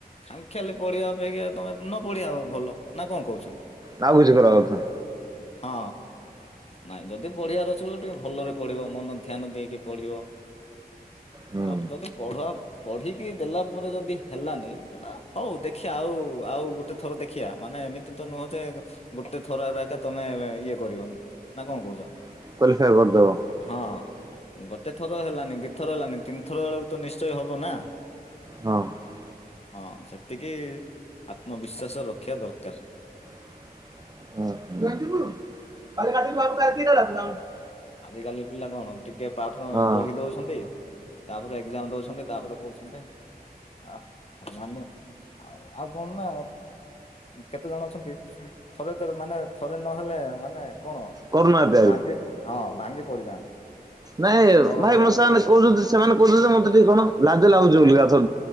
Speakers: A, on the left; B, on the right.
A: ଖାମଖିଆଲି ପଢିବା ଅପେକ୍ଷା ତମେ ନ ପଢିବା ଆଉ ଭଲ ନା କଣ କହୁଛନ୍ତି?
B: ନା ଆଉ କିଛି କରିବା କଥା?
A: ହଁ। ନାଇଁ ଯଦି ପଢିବାର ଅଛି ବୋଲି ଟିକେ ଭଲରେ ପଢିବ ମନ ଧ୍ୟାନ ଦେଇକି ପଢିବ।
B: ହୁଁ
A: ଆଉ ଯଦି ପଢ ପଢିକି ଦେଲା ପରେ ଯଦି ହେଲାନି ସେଟା ହଉ ଦେଖିବା ଆଉ ଆଉ ଗୋଟେ ଥର ଦେଖିବା ମାନେ ଏମିତି ତ ନୁହଁ ଯେ ଗୋଟେ ଥର ଏକ ତମେ ଇଏ କରିବନି। ନା କଣ କହୁଛ?
B: <unintelligible>
A: ହଁ ଗୋଟେ ଥର ହେଲାନି ଦିଥର ହେଲାନି ତିନିଥର ବେଳକୁ ତ ନିଶ୍ଚୟ ହବ ନା।
B: ହଁ
A: ହଁ ସେତିକି ଆତ୍ମବିସ୍ୱାସ ରଖିବା ଦରକାର।
B: <unintelligible> <inaudible>
A: ଆଜ କାଲି ପିଲା କଣ ଟିକେ ପାଠ
B: ହଁ
A: ପଢି ଦଉଛନ୍ତି ତାପରେ ଏଗଜାମ ଦଉଛନ୍ତି ତାପରେ କହୁଛନ୍ତି ଆଉ ଆଉ କଣ ନା କେତେ ଜଣ ଅଛନ୍ତି ଥରେ ମାନେ ଥରେ ନହେଲେ ମାନେ କଣ
B: କରୁନାହାନ୍ତି ଆହୁରି
A: ଭାଙ୍ଗି ହଁ ଭାଙ୍ଗି ପଡିଯାଆନ୍ତି।
B: ନାଇଁ
A: ଯେ ମୋର
B: ଭାଇ
A: ହେଲାନି
B: ମୁଁ ସେମାନେ କହୁଛନ୍ତି ସେମାନେ କହୁଛନ୍ତି ମତେ ଟିକେ କଣ ଲାଜ ଲାଗୁଛି ବୋଲି ଗଛ